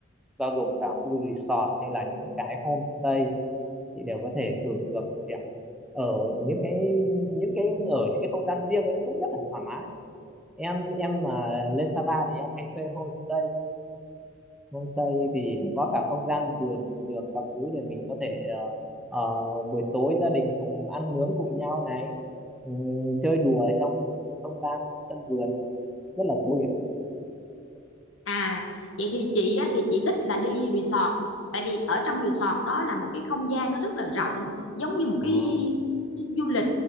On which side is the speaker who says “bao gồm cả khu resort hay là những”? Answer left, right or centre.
Centre